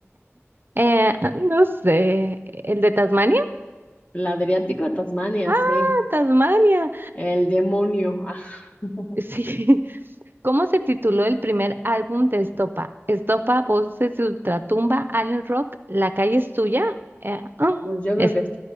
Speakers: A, on the right (about 45°); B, on the left (about 30°).
A: Eh, <laughs> no sé. ¿El de Tasmania?
B: El Adriático, Tasmania,
A: Ah,
B: sí.
A: Tasmania.
B: El demonio. Ah, <laughs>
A: Sí. <laughs> ¿Cómo se tituló el primer álbum de Estopa? Estopa, Voces de Ultratumba, Alien Rock, La calle es tuya. Eh, mm,
B: pues yo
A: es-
B: creo que es